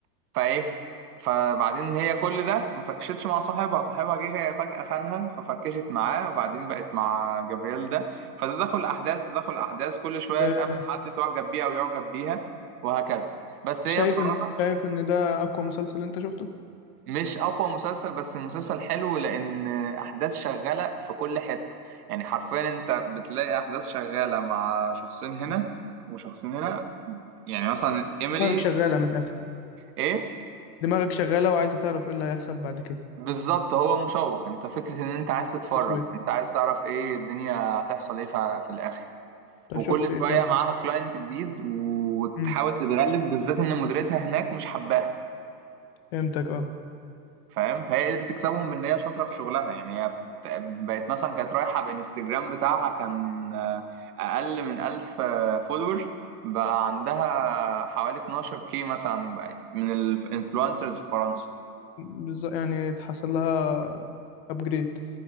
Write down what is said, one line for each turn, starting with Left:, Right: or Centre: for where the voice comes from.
Right: فايه فبعدين هي كل ده ما فركشتش مع صاحبها صاحبها جه هي فجأة خانها ففركشت معاه وبعدين بقت مع جبريل ده فتدخل احداث تدخل احداث كل شوية
Left: آه،
Right: تقابل حد تعجب بيه او يعجب بيها وهكذا بس
Left: شايف
Right: هي بصراحة
Left: ان شايف ان ده اقوى مسلسل انت شفته؟
Right: مش اقوى مسلسل بس المسلسل حلو لان احداث شغالة في كل حتة يعني حرفيا انت بتلاقي احداث شغالة مع شخصين هنا وشخصين هنا يعني مثلا ايميلي
Left: دماغك شغالة من الاخر
Right: ايه
Left: دماغك شغالة وعايزة تعرف ايه اللي هيحصل بعد كده
Right: بالظبط هو مشوق انت فكرة ان انت عايز تتفرج
Left: تشويق
Right: انت عايز تعرف ايه الدنيا هتحصل ايه في في الاخر
Left: طب
Right: وكل
Left: شفت ايه
Right: شوية
Left: تاني
Right: معاها كلاينت جديد وتحاول
Left: مم.
Right: تتغلب بالذات ان مديرتها هناك مش حباها
Left: فهمتك اه
Right: فاهم فهي قدرت تكسبهم بان هي شاطرة في شغلها يعني هي بت- بقت مثلا كانت رايحة بانستجرام بتاعها كان آه، اقل من ألف فولور بقى عندها حوالي 12 كي مثلا بقت من الانفلونسرز في فرنسا
Left: بالظبط يعني اتحصل لها ابجريد